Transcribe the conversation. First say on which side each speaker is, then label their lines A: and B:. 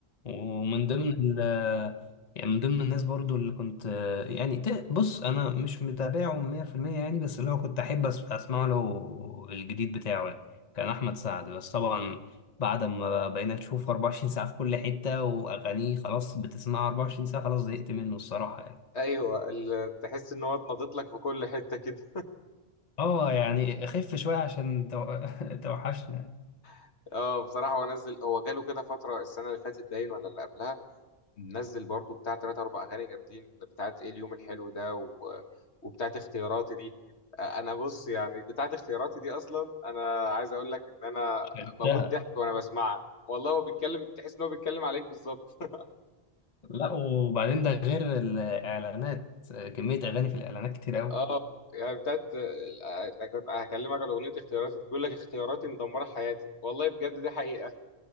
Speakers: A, on the left; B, on the left.
A: ومن ضمن ال آه، يعني من ضمن الناس برضو اللي كنت آه، يعني ت- بص انا مش متابعه 100% يعني بس اللي هو كنت احب أس- اسمع له الجديد بتاعه يعني كان احمد سعد بس طبعا بعد ما بقينا نشوفه 24 ساعة في كل حتة واغانيه خلاص بتسمعها 24 ساعة خلاص زهقت منه الصراحة يعني.
B: ايوه ال- تحس ان هو اتنطط لك في كل حته كده
A: اه يعني خف شوية عشان تو- <laughs> توحشنا
B: <laughs> اه بصراحه هو نزل هو جاله كده فتره السنه اللي فاتت باين ولا اللي قبلها نزل برضو بتاع تلاتة اربع اغاني جامدين بتاعت ايه اليوم الحلو ده و... وبتاعت اختياراتي دي آه، انا بص يعني بتاعت اختياراتي دي اصلا انا عايز اقول لك ان انا
A: شربتها
B: بموت ضحك وانا بسمعها والله هو بيتكلم تحس ان هو بيتكلم عليك بالظبط <laughs>
A: لا وبعدين ده غير الإعلانات كمية أغاني في الإعلانات كتير أوي
B: اه يعني بتاعت آه، هكلمك على اغنيه اختياراتي دي بيقول لك اختياراتي مدمره حياتي والله بجد دي حقيقه